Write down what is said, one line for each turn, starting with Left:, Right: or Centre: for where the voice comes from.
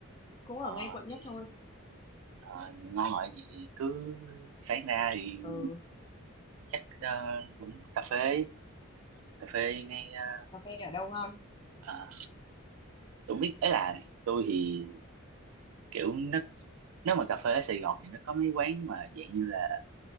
Left: cũng
Right: ờ,
Left: ở ngay quận
Right: thì
Left: nhất thôi
Right: ờ, ngon ngọt gì thì cứ sáng ra thì
Left: ừ
Right: chắc ờ, cũng cà phê cà phê ngay ờ,
Left: cà phê ở đâu ngon
Right: ờ, tôi biết ấy là tôi thì kiểu nó nếu mà cà phê ở Sài Gòn thì nó có mấy quán mà dạng như là